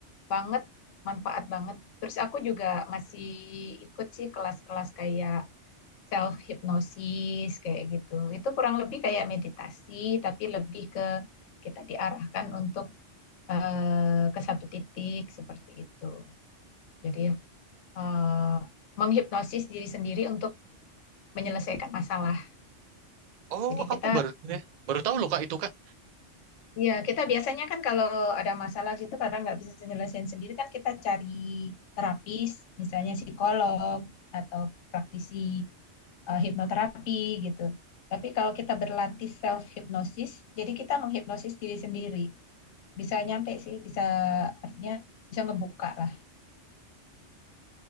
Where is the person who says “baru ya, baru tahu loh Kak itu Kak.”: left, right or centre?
Right